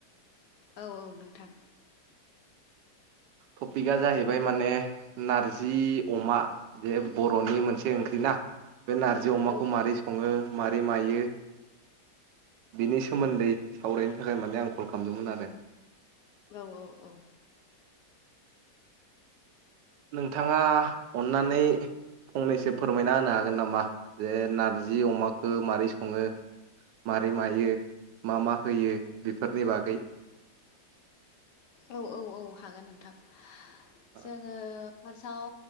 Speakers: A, on the left; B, on the right.
A: औ औ नोंथां
B: टपिका जाहैबाय
A: बुंदो।
B: माने नारजि अमा बे बर'नि मोनसे ओंख्रि ना बे नारजि अमाखौ
A: औ
B: मारै सङो मारै मायो बिनि सोमोन्दै सावरायनो थाखाय माने आं कल खामदोंमोन आरो
A: औ औ औ
B: नोंथाङा अन्नानै फंनैसो फोरमायना होनो हागोन नामा जे नारजि अमाखो मारै सङो मारै मायो मा मा होयो बेफोरनि बागै
A: औ औ औ हागोन नोंथां
B: ओ
A: जोङो फार्सआव